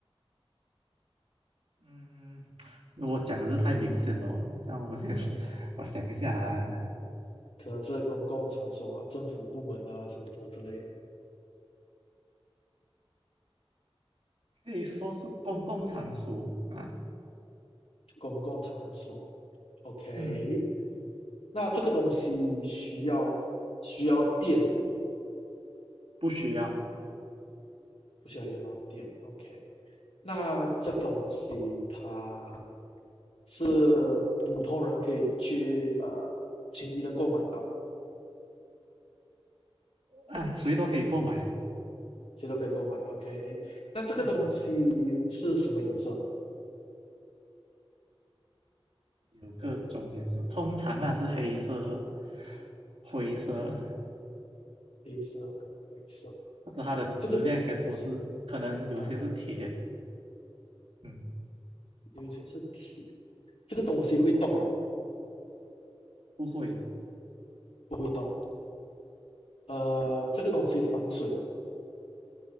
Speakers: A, on the right; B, on the left.
A: 嗯，如果讲的是太明显了，这样我先 <laughs>
B: 看一下，
A: 我想一下啊，
B: 可能是公共场所啊、政府部门啊，什么什么之类的
A: 可以说是公共场所啊，
B: 公共场所。OK，
A: 嗯，
B: 那这个东西需要需要电
A: 不需要
B: 不需要用到电。OK，那这东西它是普通人可以去呃轻易的购买到
A: 啊，谁都可以购买啊，
B: 谁都可以购买。OK，那这个东西是什么颜色的？
A: 嗯，有各种颜色，通常啊是黑色、灰色。
B: 黑色跟灰色。
A: 或者它的质量应该说是可能有些是铁，
B: 这个东西啊，
A: 嗯，
B: 尤其是铁。这个东西会动吗？
A: 不会
B: 不会动。呃，这个东西防水吗？